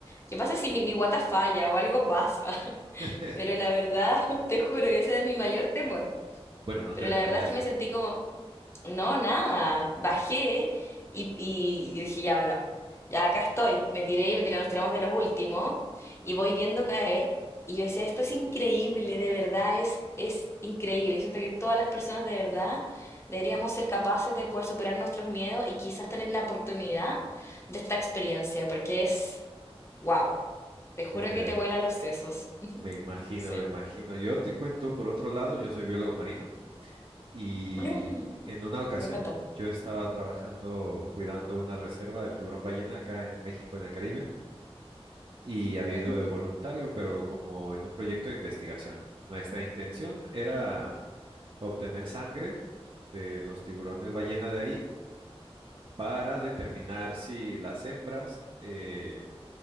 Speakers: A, on the left (about 25°); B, on the right (about 55°).
A: ¿qué pasa si mi, mi guata falla o algo pasa? <laughs>
B: <laughs>
A: Pero la verdad, <laughs> te juro, ese era mi mayor temor.
B: Bueno, no
A: Pero
B: te desmayaste.
A: la verdad es que me sentí como no, nada, bajé y, y- y dije, ya bueno, ya acá estoy, me tiré y me tiré, nos tiramos de los últimos y voy viendo caer y yo decía, esto es increíble, de verdad es, es increíble. Yo siento que todas las personas de verdad deberíamos ser capaces de poder superar nuestros miedos y quizás tener la oportunidad de esta experiencia, porque es, wow, te juro
B: Sí, te...
A: que te vuela los sesos. <laughs>
B: Me imagino,
A: Sí.
B: me imagino. Yo te cuento por otro lado, yo soy biólogo marino. Y
A: Me
B: en una ocasión
A: encanta.
B: yo estaba trabajando cuidando una reserva del tiburón ballena acá en México, en el Caribe, y había
A: Ujú,
B: ido de voluntario, pero como en un proyecto de investigación. Nuestra intención era obtener sangre de los tiburones ballena de ahí para determinar si las hembras eh,